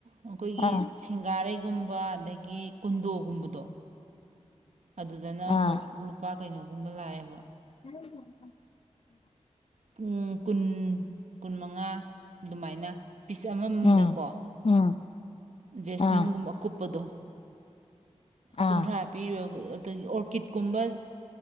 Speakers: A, on the right (about 75°); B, on the left (about 55°).
A: ꯑꯩꯈꯣꯏꯒꯤ
B: ꯑꯥ
A: ꯁꯤꯡꯒꯥꯔꯩꯒꯨꯝꯕ ꯑꯗꯒꯤ ꯀꯨꯟꯗꯣꯒꯨꯝꯕꯗꯣ ꯑꯗꯨꯗꯅ ꯑꯃꯨꯛ
B: ꯑꯥ
A: ꯂꯨꯄꯥ ꯀꯩꯅꯣꯒꯨꯝꯕ ꯂꯥꯏꯕꯥ
B: <inaudible>
A: ꯄꯨꯪ ꯀꯨꯟ ꯀꯨꯟꯃꯉꯥ ꯑꯗꯨꯃꯥꯏꯅ ꯄꯤꯁ ꯑꯃꯃꯝꯗꯀꯣ
B: ꯎꯝ ꯎꯝ
A: ꯖꯦꯁꯃꯤꯟꯒꯨꯝꯕ
B: ꯑꯥ
A: ꯑꯀꯨꯄꯥꯗꯨ
B: ꯑꯥ
A: ꯀꯨꯟꯊ꯭ꯔꯥ ꯄꯤꯔꯕ ꯑꯗꯒꯤ ꯑꯣꯔꯀꯤꯠꯀꯨꯝꯕ